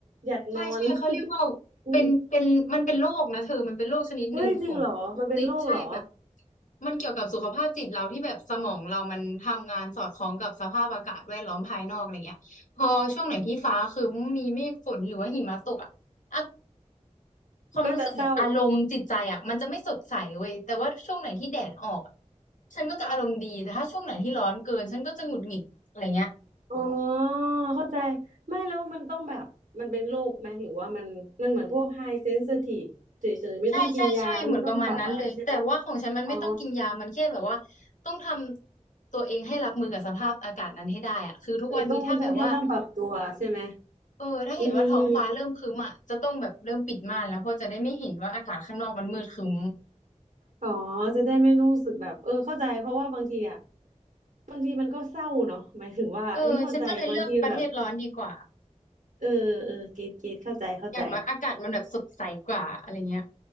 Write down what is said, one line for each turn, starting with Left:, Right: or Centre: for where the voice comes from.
Right: อยากนอน
Left: ใช่ใช่เขาเรียกว่า
Right: <laughs> อุ๊ย
Left: เป็นเป็นมันเป็นโรคนะเธอมันเป็นโรคชนิดหนึ่งของ
Right: เฮ้ยจริงเหรอมันเป็นโรคเหรอ
Left: จิตใช่แบบ มันเกี่ยวกับสุขภาพจิตเราที่แบบสมองเรามันทำงานสอดคล้องกับสภาพอากาศแวดล้อมภายนอกอะไรเงี้ยพอช่วงไหนที่ฟ้าคือมีเมฆฝนหรือว่าหิมะตกอ่ะอะความรู้สึกแบบอารมณ์จิตใจอ่ะมันจะไม่สดใสเว้ยแต่ว่าช่วงไหนที่แดดออก
Right: ก็จะเศร้า
Left: ฉันก็จะอารมณ์ดีแต่ถ้าช่วงไหนที่ร้อนเกินฉันก็จะหงุดหงิดอะไรเงี้ย
Right: อ๋อเข้าใจไม่แล้วมันต้องแบบมันเป็นโรคไหมหรือว่ามันมันเหมือนพวกไฮเซนซิทีฟเฉยๆไม่ต้องกินยาไม่ต้องปรับอะไรใช่ปะ
Left: ใช่ใช่ใช่เหมือนประมาณนั้นเลยแต่ว่าของฉันมันไม่ต้องกินยามันแค่แบบว่า
Right: อ๋อ
Left: ต้องทำตัวเองให้รับมือกับสภาพอากาศนั้นให้ได้อะคือทุกวันนี้ถ้าแบบว่า
Right: เออต้องต้องแค่ต้องปรับตัวใช่ไหม
Left: เออถ้าเห็นว่าท้องฟ้าเริ่มครึ้มอ่ะจะต้องแบบเริ่มปิดม่านแล้วเพราะจะได้ไม่เห็นว่าอากาศข้างนอกมันมืดครึ้ม
Right: อืม อ๋อจะได้ไม่รู้สึกแบบเออเข้าใจเพราะว่าบางทีอ่ะบางทีมันก็เศร้าเนาะหมายถึงว่านี่เข้าใจบางทีมันแบบ
Left: เออฉันก็เลยเลือกประเทศร้อนดีกว่า
Right: เออเออเกตเกตเข้าใจเข้าใจ
Left: อย่างน้อยอากาศมันแบบสดใสกว่าอะไรเงี้ย